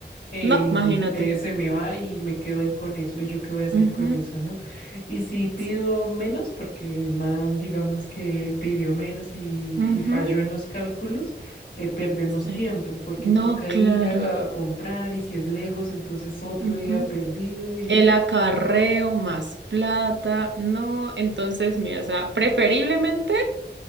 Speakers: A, on the left; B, on the right.
A: eh,
B: No, imagínate.
A: eh, se me va y me quedo ahí con eso, y yo qué voy a hacer
B: Ujú.
A: con eso, ¿no? Y si pido
B: Sí.
A: menos, porque el man, digamos que pidió menos y,
B: Ujú.
A: y falló en los cálculos, eh, perdemos
B: Sí.
A: tiempo, porque
B: No,
A: toca
B: claro.
A: ir a, a comprar, y si es lejos, entonces otro
B: Ujú.
A: día perdido y
B: El
A: no.
B: acarreo más plata, no, entonces, mira, o sea, preferiblemente